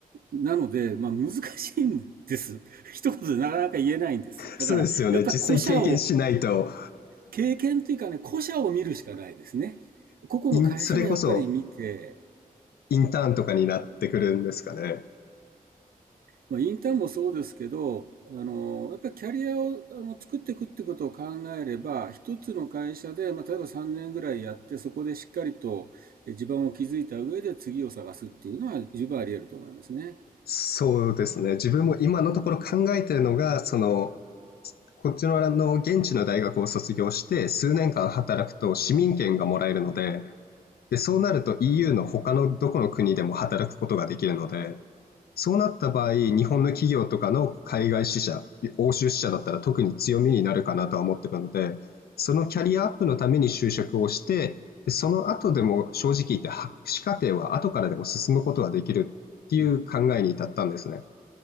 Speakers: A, on the right; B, on the left.
A: なので、まあ難しいんです。<laughs> 一言でなかなか言えないんです。だから、
B: そうですよね。
A: やっぱり個社を、
B: 実際経験しないと
A: 経験というかね、個社を見るしかないですね。
B: <laughs>
A: 個々の会社をやっぱり見て、
B: イン、それこそインターンとかになってくるんですかね。
A: まあ、インターンもそうですけど、あの、やっぱりキャリアをあの作っていくってことを考えれば、一つの会社で、まあ、例えば3年ぐらいやって、そこでしっかりとえ地盤を築いた上で次を探すっていうのは十分あり得ると思いますね。
B: そうですね。自分も今のところ考えてるのが、その、こっちのあの現地の大学を卒業して数年間働くと市民権がもらえるので、で、そうなると EU の他のどこの国でも働くことができるので、そうなった場合、日本の企業とかの海外支社、欧州支社だったら特に強みになるかなとは思ってるので、そのキャリアアップのために就職をして、でその後でも正直言って博士課程は後からでも進むことができるっていう考えに至ったんですね。
A: うん。